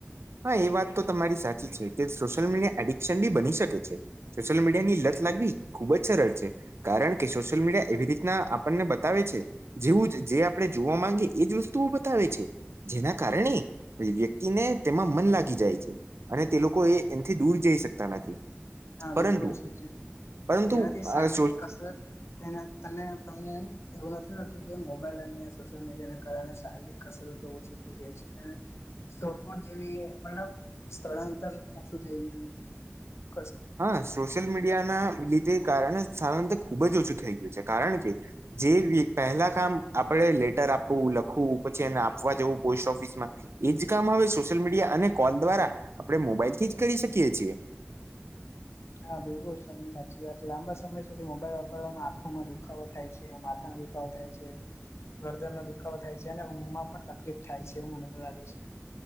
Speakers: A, on the right; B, on the left.
A: હા એ વાત તો તમારી સાચી છે કે સોશિયલ મીડિયા એડિક્શન બી બની શકે છે સોશિયલ મીડિયાની લત લાગવી ખૂબજ સરળ છે કારણ કે સોશલ મીડિયા એવી રીતના આપને બતાવે છે જેવુજ જે આપણે જોવા માંગીએ એજ વસ્તુઓ બતાવે છે જેના કારણે એ વ્યક્તિને તેમાં મન લાગી જાય છે અને તે લોકો એ એથી દૂર જઈ શકતા નથી
B: હા
A: પરંતુ
B: બિલકુલ સાચું
A: પરંતુ
B: તેમાથી શારીરિક
A: આ સો
B: કસરત તેને તમને તમને એવું નથી લાગતુ કે મોબાઈલ અને સોશિયલ મીડિયાને કારણે શારીરિક કસરતો ઓછી થઈ ગઈ છે સપોટ જેવી મતલબ સ્થળાંતર ઓછું થઈ ગયું છે
A: હા સોશિયલ મીડિયા ના લીધે કારણે ખૂબ જ ઓછું થઈ ગયુ છે કારણ કે જે પહેલા કામ આપણે લેટ ર રાખવુ લખવું પછી એને આપવા જવું પોસ્ટ ઓફિસમાં એજ કામ હવે સોશિયલ મીડિયા અને કોલ દ્વારા આપડે મોબાઈલ થી જ કરી શકીએ છીએ
B: હા બિલકુલ તને સાચી વાત લાંબા સમય સુધી મોબાઈલ વાપરવાનો આંખોમાં દુખાવો થાય છે માથાનો દુખાવો થાય છે ગરદનનો દુખાવો થાય છે અને ઊંમમાં પણ તકલીફ થાય છે એવુ મને તો લાગે છે